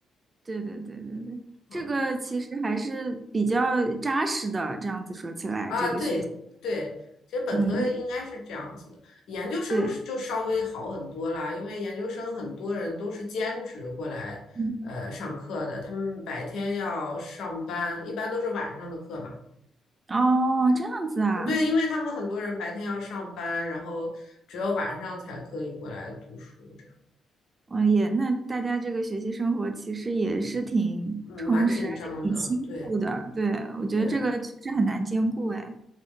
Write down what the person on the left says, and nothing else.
啊
啊，
对对，其实本科应该是这样子的，
研究生是就稍微好很多啦，
因为研究生很多人都是兼职过来呃上课的，
他们白天要上班，一般都是晚上的课嘛。
对，因为他们很多人白天要上班，然后只有晚上才可以过来读书，这样。
嗯，蛮紧张的，
对
对，